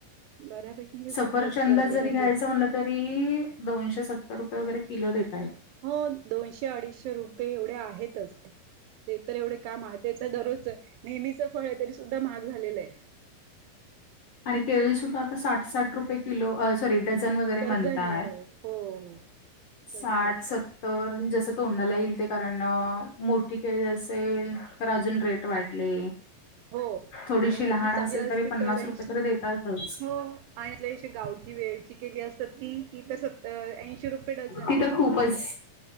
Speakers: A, on the right (about 85°); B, on the left (about 60°).
A: बऱ्यापैकी,
B: सफरचंद
A: खूपच वाढलेले
B: जरी
A: होते.
B: घ्यायचं म्हटलं तरी दोनशे सत्तर रुपये वगैरे किलो देतायेत.
A: हो हो, दोनशे, अडीचशे- रुपये एवढे आहेतच. ते तर एवढे <unintelligible> दररोजच. नेहमीच <unintelligible> तरी सुद्धा महाग झालेलं आहे.
B: आणि केळी सुद्धा आता साठ, साठ रुपये किलो सॉरी, डझन वगैरे
A: डझनने
B: म्हणतात.
A: हो हो हो
B: साठ,
A: सगळं
B: सत्तर जसं तोंडाला येईल ते कारण, मोठी केळी असेल तर अजून रेट वाढले.
A: होय
B: थोडीशी
A: आणि मोठी
B: लहान
A: चांगली
B: असेल
A: असतील
B: तरी पन्नास
A: तरं
B: रुपये तर देतातच.
A: हो आणि अशी गावठी वेल चि केळी असतात ती, ती तर स ऐंशी रुपये डझन
B: ती
A: आहेत.
B: तर खूपच